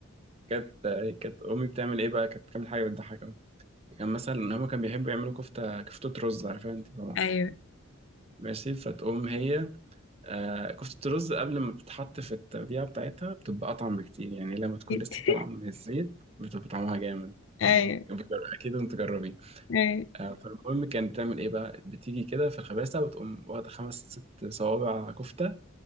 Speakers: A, on the right; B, on the left.
A: كانت كانت امي بتعمل ايه بقى كانت بتعمل حاجه بتضحك قوي كان مثلا ان هما كانوا بيحبوا يعملوا كفته كفته رز عارفها انت طبعا
B: ايوه
A: ماشي فتقوم هي آه كفتة الرز قبل ما بتتحط في التوديعة بتاعتها بتبقى أطعم بكتير يعني لما تكون
B: <laughs>
A: لسه طالعة من الزيت بتبقى طعمها جامد
B: ايوه
A: يعني بتجر- أكيد لازم تجربيه
B: ايوه
A: آه فالمهم كانت بتعمل إيه بقى بتيجي كده في الخباسة وتقوم واخدة خمس ست صوابع كفتة